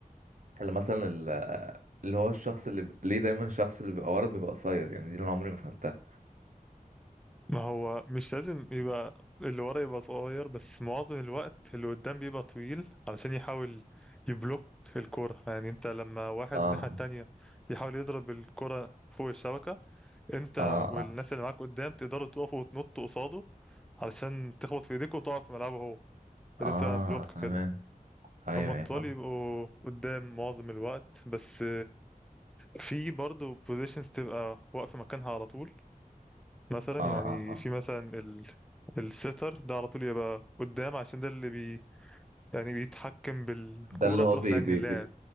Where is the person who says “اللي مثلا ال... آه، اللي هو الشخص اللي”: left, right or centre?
Right